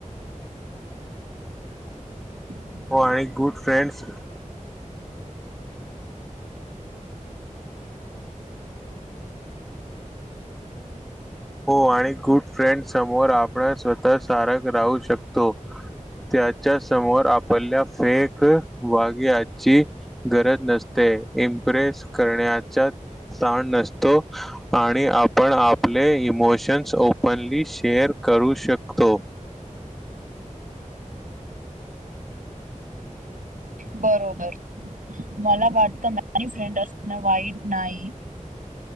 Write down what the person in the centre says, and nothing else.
हो आणि गुड फ्रेंड्स हो आणि गुड फ्रेंड समोर आपण स्वतः सारक राहू शकतो. त्याच्या समोर आपल्या फेक वाग्याची गरज नसते. इम्प्रेस करण्याच्या ताण नसतो आणि आपण आपले इ मोशन्स ओपनली शेअर करू शकतो.